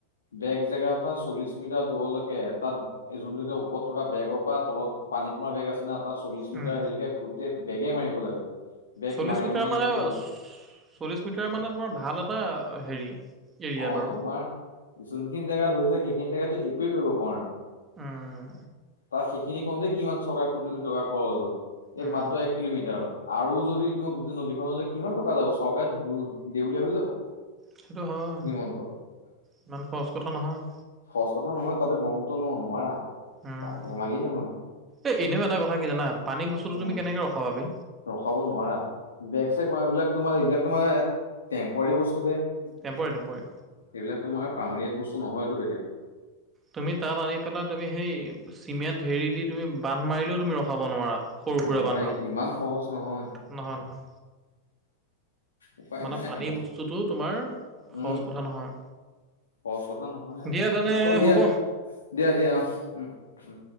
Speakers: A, on the left (about 70°); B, on the right (about 20°).
A: বেগ জেগাৰ পৰা চল্লিশ মিটাৰ দূৰলৈকে তাত যোন ওপৰত থকা বেগৰ পৰা তলত পানী তোমাৰ বেগ আছে না তটা চল্লিশ মিটাৰ
B: উম
A: আহিলেকে গোটেই বেগে মাৰিব লাগে বেগ
B: চল্লিশ
A: মাৰি
B: মিটাৰ
A: মাৰি এনে
B: মানে চল্লিশ মিটাৰ মানে তোমাৰ ভাল এটা হেৰি এৰিয়া
A: অ
B: বাৰু
A: তোমাৰ যোনখিনি জেগা ধৰিছে সেইখিনি জেগাতো কৰিব পৰা নাই
B: উম
A: পাচি খিনি কওঁ দেই কিমান চৰকাৰ কোিোিটকা খৰচ এই
B: উম
A: মাত্ৰ এক কিলোমিটাৰত আৰু যদি তোমাক গোটেই নদীখনলৈ কিমান টকা যাব চৰকাৰে ধ দ বলিয়ীয়া হৈ যাব
B: সেইটো হয়
A: হিমন্ত
B: ইমান সহজ কথা নহয়
A: সচ কথা নহয় তাতে ব্ৰহ্মপুত্ৰ ন নোৱাৰা
B: উম
A: বা ধেমালি নহয়
B: এ এনেও এটা কথা কি জানা পানী বস্তুটো
A: উম
B: তুমি কেনেকে ৰখাব পাবি
A: ৰখাব নোৱাৰা বেগ চেগ মই এইবলাক তোমাৰ এইবিলাক তোমাৰ টে্পৰী বস্তুে এইবিলাক
B: নপৰে নপৰে
A: তোমাৰ পামনীয়াত বস্তু নহয়তো কেতিয়া
B: তুমি তাত আনি পেলাই তুমি সেই চিমেণ্ট হেৰি দি তুমি বান্ধ মাৰিলেও তুমি ৰখাব নোৱাৰা সৰু সুৰা
A: নোৱাৰা
B: বান্ধত
A: ইমান সহজ নহয়
B: নহয় নহয়
A: উপায়
B: মানে
A: নাই
B: পানী
A: আৰু
B: বস্তুটো তোমাৰ সহজ
A: উম
B: কথা নহয়
A: সজ কথা নহয়
B: দিয়া তেনে
A: অ দিয়া
B: হ'ব
A: দিয়া দিয়া অ উম উম